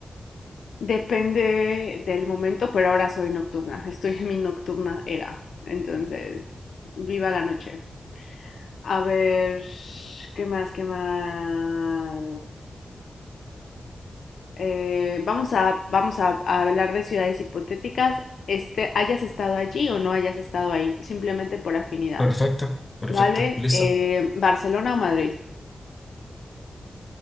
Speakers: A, on the left (about 85°); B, on the left (about 25°).
A: Depende del momento, pero ahora soy nocturna. Estoy en mi nocturna era. Entonces, viva la noche. A ver, ¿qué más? ¿Qué más? Eh, vamos a, vamos a, a hablar de ciudades hipotéticas, este, hayas estado allí o no hayas estado ahí, simplemente por afinidad.
B: Perfecto, perfecto,
A: Vale,
B: listo.
A: eh, Barcelona o Madrid.